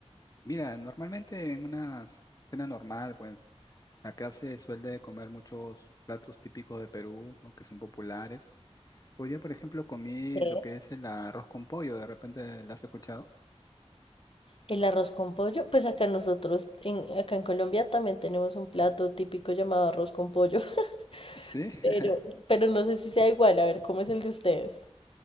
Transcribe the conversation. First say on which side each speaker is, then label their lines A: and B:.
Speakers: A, on the left; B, on the left.
A: Mira, normalmente en una cena normal, pues, acá se suele comer muchos platos típicos de Perú, ¿no? Que son populares. Hoy día, por ejemplo, comí
B: Sí,
A: lo que es el arroz con pollo, ¿de repente lo has escuchado?
B: El arroz con pollo, pues acá nosotros, en, acá en Colombia también tenemos un plato típico llamado arroz con pollo, <laughs>
A: Sí,
B: pero,
A: <laughs>
B: pero no sé si sea igual, a ver, ¿cómo es el de ustedes?